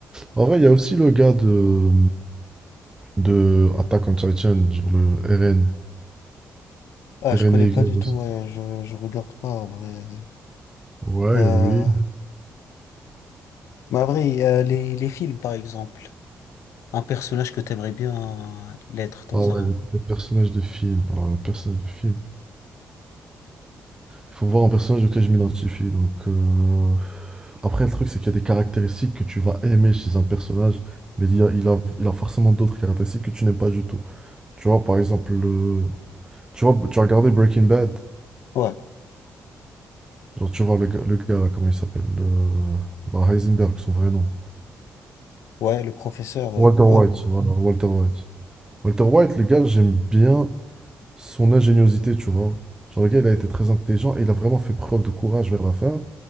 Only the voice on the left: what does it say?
Ah,
je connais
pas du
tout, ouais, je, je regarde pas en vrai.
Euh,
Mais en vrai, euh, les, les films par exemple, un personnage que t'aimerais bien euh, l'être dans
un.
Ouais,
ouais, le professeur, ouais,
ouais,